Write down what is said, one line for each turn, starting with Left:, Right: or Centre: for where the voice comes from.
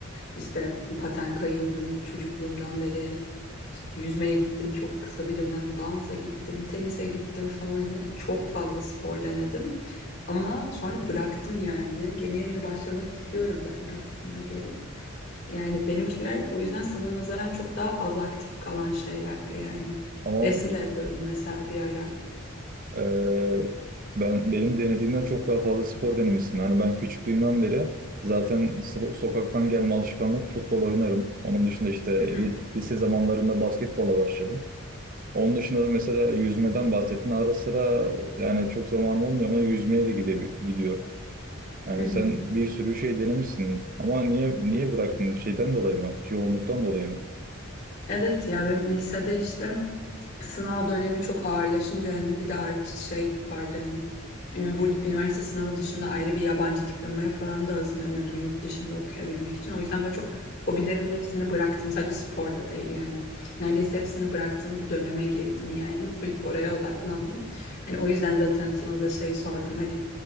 Left: İşte paten kayıyordum çocukluğumdan beri. İşte yüzmeye gittim çok kısa bir dönem, dansa gittim, tenise gittim falan hani çok fazla spor denedim. Ama sonra bıraktım yani. Yeni yeni başlamak istiyorum ben de aslında geri. Yani benimkiler o yüzden sana nazaran çok daha az aktif kalan şeyler yani.
Right: Ama
Left: Resim de yapıyordum mesela bir ara.
Right: e, ben benim denediğimden çok daha fazla spor denemişsin. Hani ben küçüklüğümden beri zaten so- sokaktan gelme alışkanlık futbol oynarım. Onun dışında işte
Left: Hı hı.
Right: li- lise zamanlarında basketbola başladım. Onun dışında da mesela yüzmeden bahsettin. Ara sıra yani çok zamanım olmuyor ama yüzmeye de gide gidiyorum. Yani
Left: Hı hı.
Right: sen bir sürü şey denemişsin ama niye niye bıraktın? Şeyden dolayı mı? Yoğunluktan dolayı mı?
Left: Evet ya benim lisede işte sınav dönemi çok ağırlaşınca hani bir de artı şey vardı hani ünü- bu üniversite sınavı dışında ayrı bir yabancı diplomaya falan da hazırlanıyordum yurt dışında okuyabilmek için. O yüzden böyle çok hobilerimin hepsini bıraktım. Sadece spor da değil yani. Neredeyse hepsini bıraktığım bir döneme girdim yani. Full oraya odaklandım. Hani o yüzden zaten sana da şey sordum hani